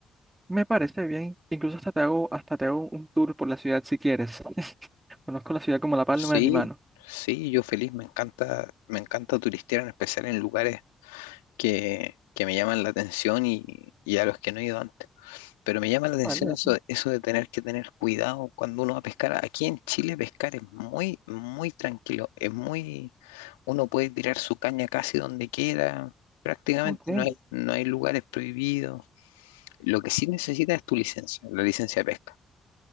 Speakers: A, on the right; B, on the left.
A: Me parece bien. Incluso hasta te hago, hasta te hago un tour por la ciudad si quieres. <laughs> Conozco la ciudad como la palma
B: Sí,
A: de mi mano.
B: sí, yo feliz, me encanta, me encanta turistear, en especial en lugares que, que me llaman la atención y, y a los que no he ido antes. Pero me llama la atención
A: Vale.
B: eso, eso de tener que tener cuidado cuando uno va a pescar. Aquí en Chile pescar es muy, muy tranquilo. Es muy, uno puede tirar su caña casi donde quiera. Prácticamente
A: Ok,
B: no hay, no hay lugares prohibidos. Lo que sí necesitas es tu licencia, la licencia de pesca.